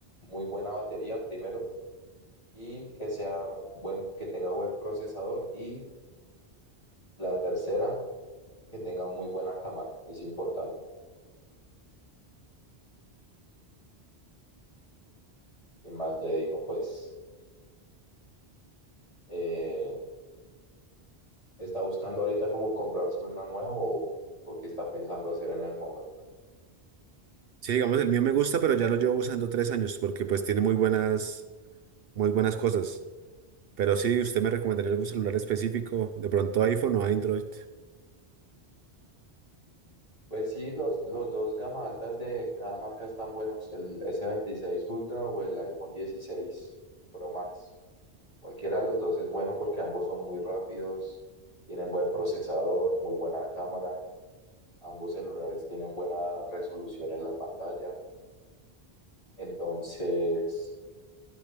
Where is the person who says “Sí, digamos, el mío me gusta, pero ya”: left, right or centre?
Right